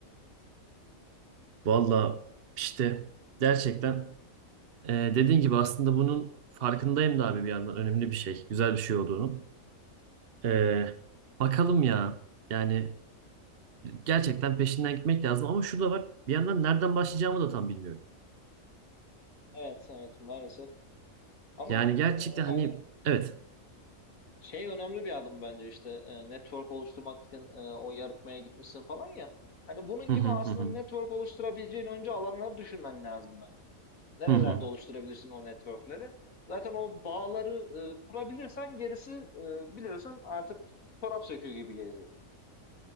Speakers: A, on the right (about 50°); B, on the left (about 80°).
A: Valla işte gerçekten e, dediğin gibi aslında bunun farkındayım da abi bir yandan önemli bir şey, güzel bir şey olduğunu. Ee, bakalım ya. Yani gerçekten peşinden gitmek lazım ama şu var. Bir yandan nereden başlayacağımı da tam bilmiyorum.
B: Evet, evet maalesef. Ama
A: Yani
B: e,
A: gerçekten
B: hani
A: hani evet.
B: Şey önemli bir adım bence işte e, network oluşturmak için e, o yarışmaya gitmişsin falan ya. Hani bunun
A: Hı
B: gibi
A: hı
B: aslında
A: hı hı.
B: network oluşturabileceğin önce alanları düşünmen lazım ben. Nerelerde
A: Hı hı.
B: oluşturabilirsin o networkleri? Zaten o bağları e, kurabilirsen gerisi e, biliyorsun artık çorap söküğü gibi gelecek.